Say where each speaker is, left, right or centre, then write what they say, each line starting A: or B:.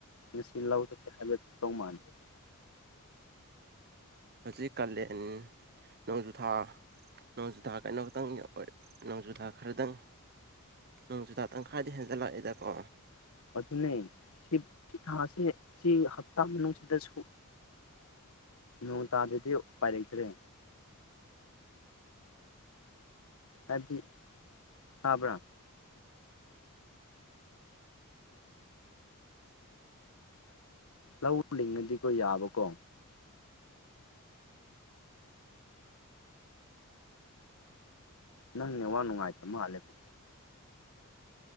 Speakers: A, on the left; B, on the right.
A: ꯉꯁꯤ ꯂꯧꯖꯒꯦ ꯍꯥꯏꯕꯗꯨ ꯇꯧ ꯃꯥꯟꯗꯦ
B: ꯍꯧꯖꯤꯛ ꯀꯥꯂꯦꯟ ꯅꯣꯡꯖꯨꯊꯥ ꯅꯣꯡꯖꯨꯊꯥ ꯀꯩꯅꯣ ꯈꯛꯇꯪ ꯑꯣꯏ ꯅꯣꯡꯖꯨꯊꯥ ꯈꯔꯗꯪ ꯅꯣꯡ ꯆꯨꯗꯥ ꯇꯪꯈꯥꯏꯗ ꯍꯦꯟꯖꯜꯂꯛꯑꯦꯗꯀꯣ
A: ꯑꯗꯨꯅꯦ ꯁꯤ ꯊꯥꯁꯦ ꯁꯤ ꯍꯞꯇꯥ ꯃꯅꯨꯡꯁꯤꯗꯁꯨ ꯅꯣꯡ ꯇꯥꯗꯗꯤ ꯎꯄꯥꯏꯔꯛꯇ꯭ꯔꯦ ꯍꯥꯏ ꯍꯥꯥꯕ꯭ꯔꯥ ꯂꯧ ꯂꯉꯗꯤꯀꯣ ꯌꯥꯕꯀꯣ ꯅꯪꯅꯦ ꯋꯥ ꯅꯨꯡꯉꯥꯏꯇꯕ ꯃꯥꯜꯂꯦꯕꯣ